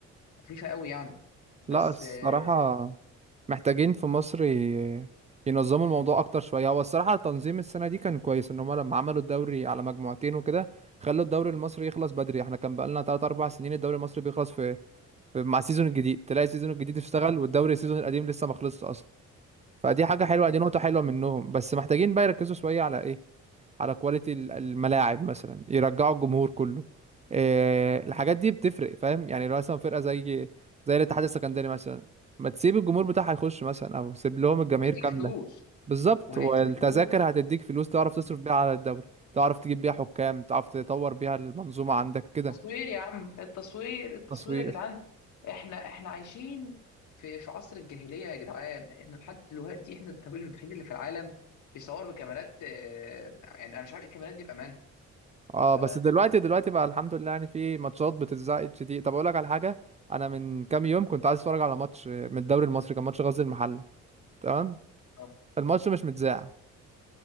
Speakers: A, on the left; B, on the right.
A: خفيفة قوي يعني بس
B: لا الصراحة
A: آه،
B: محتاجين في مصر ي- ينظموا الموضوع أكتر شوية هو الصراحة تنظيم السنة دي كان كويس إن هما لما عملوا الدوري على مجموعتين وكده خلوا الدوري المصري يخلص بدري احنا كان بقالنا تلات أربع سنين الدوري المصري بيخلص في, في مع السيزون الجديد تلاقي السيزون الجديد اشتغل
A: أيوة
B: والدوري السيزون القديم لسه ما خلصش أصلا فدي حاجة حلوة
A: أيوة
B: دي نقطة حلوة
A: آه.
B: منهم
A: آه.
B: بس محتاجين بقى يركزوا شوية على إيه على كواليتي ال- الملاعب مثلا يرجعوا الجمهور كله إيه الحاجات دي بتفرق فاهم يعني لو مثلا فرقة زي زي الاتحاد السكندري مثلا ما تسيب الجمهور بتاعها يخش مثلا او سيب لهم الجماهير
A: وهيديك
B: كاملة
A: فلوس
B: بالظبط
A: وهيديك
B: والتذاكر
A: فلوس
B: هتديك فلوس تعرف تصرف
A: مم.
B: بيها على الدوري تعرف تجيب بيها حكام تعرف تطور بيها المنظومة عندك كده
A: التصوير يا عم التصوير التصوير
B: تصوير
A: يا جدعان احنا احنا عايشين في في عصر الجاهلية يا جدعان احنا لحد دلوقتي احنا الدولة الوحيد اللي في العالم بيصور بكاميرات آه، يعني انا مش عارف الكاميرات دي بأمان
B: اه
A: ف
B: بس دلوقتي دلوقتي بقى الحمد لله يعني في ماتشات بتتذاع اتش دي طب اقول لك على حاجة انا من كام يوم كنت عايز اتفرج على ماتش من الدوري المصري كان ماتش غزل المحلة تمام
A: آه،
B: الماتش مش متذاع